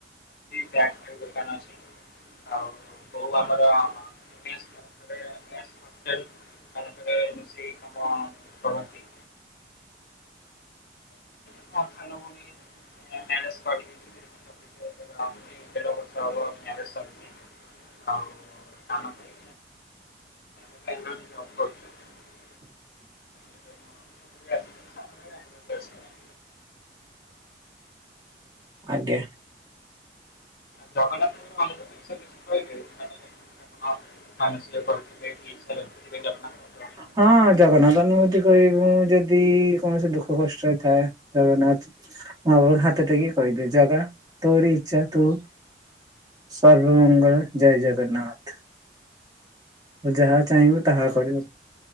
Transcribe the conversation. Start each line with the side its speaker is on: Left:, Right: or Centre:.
Left: ବ୍ୟାଗ <unintelligible> ଆଉ ବୋଉ ଆମର <unintelligible> <unintelligible> ହୋଟେଲ ତାପରେ ମିଶେଇ କାମ କରନ୍ତି। <unintelligible> <unintelligible> ଦେଢ ବର୍ଷ ହବ ମାରେଜ ଶର୍ଚି ଆଉ ସାନ ଭାଇ <unintelligible> ଏବେ ମୋ ଖୁଡ଼ିରେ ଆସିଛି ସାନ ଭାଇ ବାଙ୍ଗଲୋରରେ ଅଛି।
Right: ଆଜ୍ଞା।
Left: ଜଗନ୍ନାଥଙ୍କୁ ମନେପକେଇ ସେ ବିସରେ କିଛି କଇବେ ମାନସିକ କର୍ଥିବେ କି <unintelligible>
Right: ହଁ
Left: ଜଗନ୍ନାଥ
Right: ଜଗନ୍ନାଥଙ୍କୁ
Left: କେମିତି ପୂରଣ
Right: କହିବୁ
Left: କରିଥିବେ
Right: ଯଦି କୌଣସି ଦୁଃଖ କଷ୍ଟରେଇ ଥାଏ। ଜଗନ୍ନାଥ ଆଗକୁ ହାତ ଟେକି କହିବେ ଜଗା ତୋରି ଇଚ୍ଛା ତୁ ସର୍ବ ମଙ୍ଗଳ ଜୟ ଜଗନ୍ନାଥ। ଯାହା ଚାହିଁବୁ ତାହା କରିବୁ।